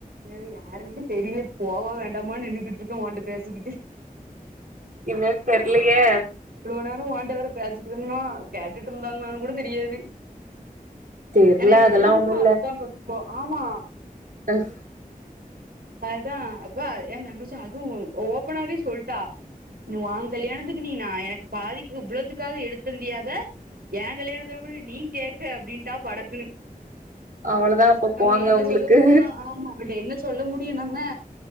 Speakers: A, on the right; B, on the right.
A: ஏ அது யாருனே தெரில போவா வேண்டாமான்னு நின்னுக்கிட்டு இருக்கோ ஓன்ட்ட பேசிக்கிட்டு
B: இன்னன்னு தெர்லையே
A: இவ்ளோ நேரோ ஒன்ட்ட வேற பேசிட்டன்னா கேட்டுட்டு இருந்தாங்களான்னு கூட தெரியாது
B: தெர்ல
A: ஏன்னா இங்க
B: அதெல்லா
A: ரூம்
B: ஒண்ணு
A: அப்படித்தா கட்ருக்கு ஆமா
B: தஸ்
A: அதா அப்பா ஏ தங்கச்சி அதும் ஓப்பனாவே சொல்ட்டா நீ ஒ கல்யாணத்துக்கு நீ நா எனக்கு பாதிக்க இவ்ளோத்துக்காவது எடுத்தந்தியாத ஏ கல்யாணத்த மட்டு நீ கேக்க அப்டின்டா படக்குணு
B: அவ்ளோதா அப்ப
A: நம்ம
B: போங்க
A: என்ன
B: உங்களுக்கு
A: சொல்ல முடியு ஆமா இவள்ட என்ன சொல்ல முடியு நம்ம